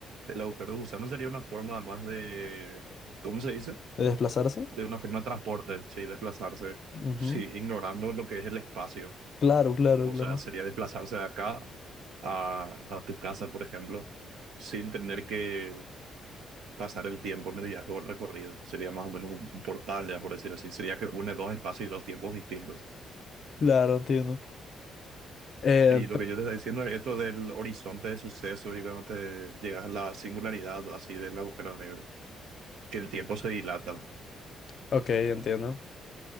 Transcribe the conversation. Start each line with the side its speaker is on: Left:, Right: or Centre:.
Right: el agujero de gusano sería una forma más de, ¿cómo se dice?
Left: de desplazarse.
Right: de una forma de transporte, sí, desplazarse,
Left: Ujú.
Right: sí, ignorando lo que es el espacio.
Left: Claro, claro,
Right: O
Left: claro.
Right: sea, sería desplazarse de acá a, a tu casa, por ejemplo, sin tener que pasar el tiempo mediante todo el recorrido. Sería más o menos un portal, ya por decir así. Sería que une dos espacios y dos tiempos distintos.
Left: Claro, entiendo. Eh,
Right: Y lo
Left: pe-
Right: que yo te estaba diciendo es esto del horizonte de suceso y cuando te llegas a la singularidad así del agujero negro, que el tiempo se dilata.
Left: ok, entiendo.